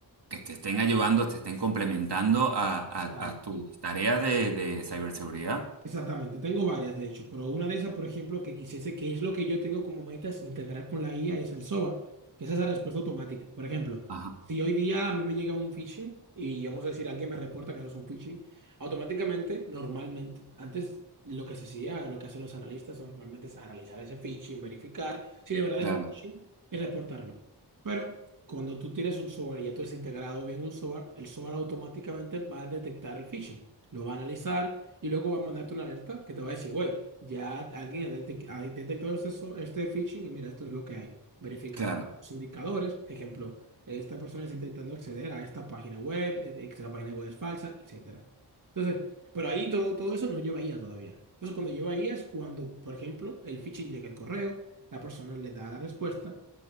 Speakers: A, on the right; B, on the right.
A: que te estén ayudando, te estén complementando a, a,
B: Claro.
A: a tus tareas de, de ciberseguridad.
B: Exactamente, tengo varias de hecho, pero una de esas, por ejemplo, que quisiese, que es lo que yo tengo como meta es integrar con la IA, es el SOAR, que es esa respuesta automática. Por ejemplo,
A: Ajá,
B: si hoy día a mí me llega un phishing y vamos a decir, alguien me reporta que eso es un phishing, automáticamente, normalmente, antes lo que se hacía, lo que hacen los analistas normalmente es analizar ese phishing, verificar si de verdad
A: claro,
B: es un phishing y reportarlo. Pero cuando tú tienes un SOAR y ya tú has integrado bien un SOAR, el SOAR automáticamente va a detectar el phishing, lo va a analizar y luego va a mandarte una alerta que te va a decir, güey, ya alguien ha, detec- ha detectado este, so- este phishing y mira, esto es lo que hay. Verifica
A: claro,
B: los, los indicadores. Ejemplo, esta persona está intentando acceder a esta página web, eh, esta página web es falsa, etcétera. Entonces, pero ahí todo, todo eso no lleva IA todavía. Entonces, cuando lleva IA es cuando, por ejemplo, el phishing llega al correo, la persona le da la respuesta.